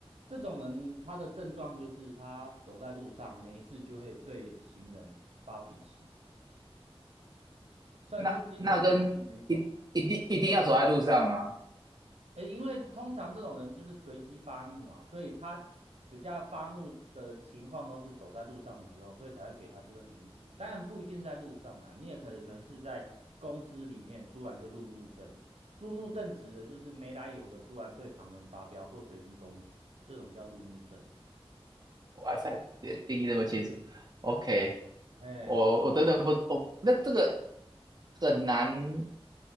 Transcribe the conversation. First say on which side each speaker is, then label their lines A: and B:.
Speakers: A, on the right (about 90°); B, on the right (about 40°).
A: 这种人他的症状就是他走在路上没事就会对行人发脾气，算是精神疾病的一种吧。
B: 那那跟一一定一定要走在路上吗？
A: 诶，因为通常这种人就是随机发怒啊，所以他比较发怒的情况都是走在路上的时候，所以才会给他这个名词。当然不一定是在路上啊，你也可能是在公司里面突然就路怒症。路怒症指的就是没来由的突然对旁人发飙或随机攻击，这种叫路怒症。
B: 哇塞，别定义那么清楚。OK，
A: 哎，
B: 我我真的不，我那这个很难